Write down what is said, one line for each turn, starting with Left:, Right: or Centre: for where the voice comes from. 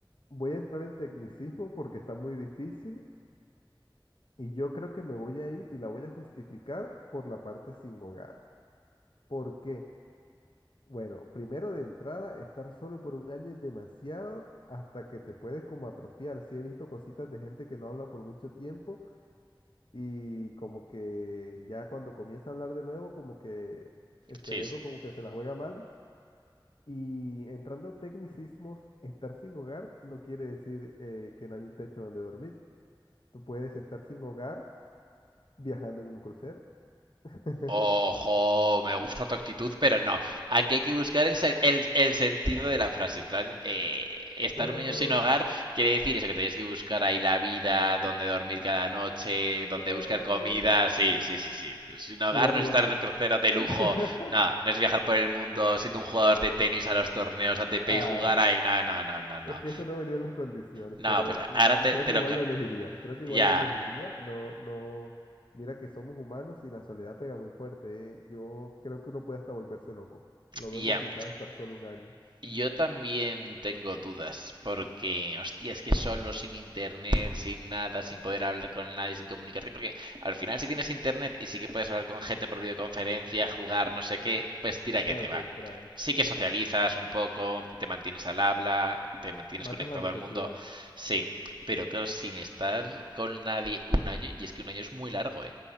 Left: voy a entrar en tecnicismo porque está muy difícil, Y yo creo que me voy a ir y la voy a justificar por la parte sin hogar. ¿Por qué? Bueno, primero de entrada, estar solo por un año es demasiado hasta que te puedes como atrofiar. Sí he visto cositas de gente que no habla por mucho tiempo y como que ya cuando comienza a hablar de nuevo, como que el cerebro
Right: Sí, es
Left: como que se la juega mal. Y entrando a tecnicismos, estar sin hogar no quiere decir eh, que no hay un techo donde dormir. Tú puedes estar sin hogar viajando en un crucero. <laughs>
Right: Ojo, me gusta tu actitud, pero no. Aquí hay que buscar el, se- el- el sentido de la frase. En plan, eh, estar
Left: No,
Right: un año sin hogar quiere decir eso, que tenéis que buscar ahí la vida, dónde dormir cada noche,
Left: no.
Right: dónde buscar comida. Sí, sí, sí, sí. Sin hogar
Left: Igual,
Right: no
Left: igual.
Right: es estar en un crucero de
Left: <laughs>
Right: lujo. No, no es viajar por el mundo siendo un jugador de tenis a los torneos ATP
Left: Ay,
Right: y jugar ahí. No, no, no, no, no.
Left: es que eso no venía en las condiciones,
Right: No,
Left: pero
Right: pues
Left: y-
Right: ahora te,
Left: y creo
Right: te
Left: que igual
Right: lo... ca-
Left: lo elegiría. Creo que igual
Right: Ya,
Left: lo elegiría. No, no. Mira que somos humanos y la soledad pega muy fuerte, ¿eh? Yo creo que uno puede hasta volverse loco. Lo
Right: ya.
Left: veo complicado estar solo un año.
Right: Yo también tengo dudas, porque, hostia, es que solo, sin internet, sin nada, sin poder hablar con nadie, sin comunicarte, porque al final si tienes internet y sí que puedes hablar con gente por videoconferencia, jugar, no sé qué, pues tira que
Left: Claro,
Right: te va.
Left: te distraes.
Right: Sí que
Left: Exacto.
Right: socializas un poco, te mantienes al habla, te mantienes
Left: Matas
Right: conectado
Left: la necesidad.
Right: al mundo, sí, pero claro, sin estar con nadie un año, y es que un año es muy largo, ¿eh?